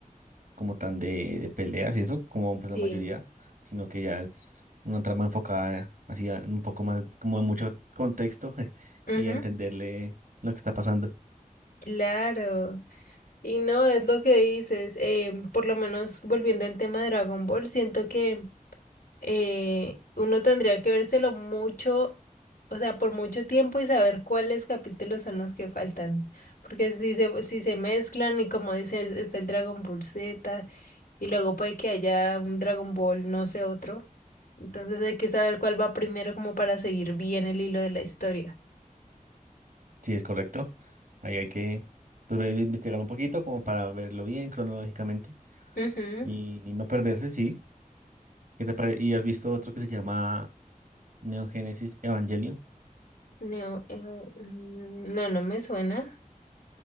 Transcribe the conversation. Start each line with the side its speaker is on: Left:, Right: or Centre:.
Right: como tan de, de peleas y eso, como pues la
Left: Sí.
Right: mayoría, sino que ya es una trama enfocada así a- un poco más, como en mucho contexto <laughs>
Left: Ujú.
Right: y a entenderle lo que está pasando.
Left: Claro, y no, es lo que dices, eh, por lo menos volviendo al tema de Dragon Ball, siento que eh, uno tendría que vérselo mucho, o sea, por mucho tiempo y saber cuáles capítulos son los que faltan, porque si se, si se mezclan y como dices, está el Dragon Ball Z y luego puede que haya un Dragon Ball, no sé, otro. Entonces hay que saber cuál va primero como para seguir bien el hilo de la historia.
Right: Sí, es correcto. Ahí hay que pues, ve- investigar un poquito como para verlo bien cronológicamente
Left: Ujú.
Right: y, y no perderse, sí. ¿Qué te pare- ¿Y has visto otro que se llama Neon Genesis Evangelion?
Left: No, eh, mm, no, no me suena.